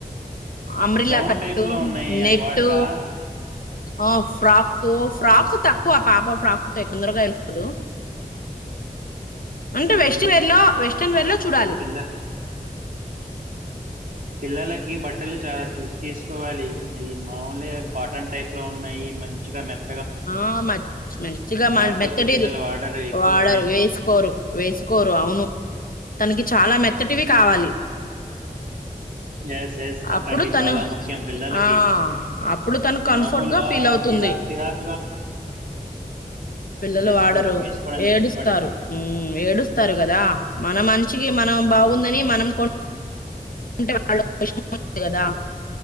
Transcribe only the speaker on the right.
గౌన్
టైప్ లో ఉన్నాయి
అవి వాడరా
ఆ
పిల్ల పిల్లలకి బట్టలు చాలా చూసి తీసుకోవాలి అది మామలుగా కాటన్ టైప్ లో ఉన్నాయి మంచిగా మెత్
లేకపోతే
పిల్లలు వాడరు ఎక్కువగా
ఎస్ ఎస్ అట్టండి
చాలా ముఖ్యం పిల్లలకి
మామూలుగా
చిరాకు చిరాక్
వేసుకోరు
వేసుకోవడానికి
ఇష్టపడరు
ఆ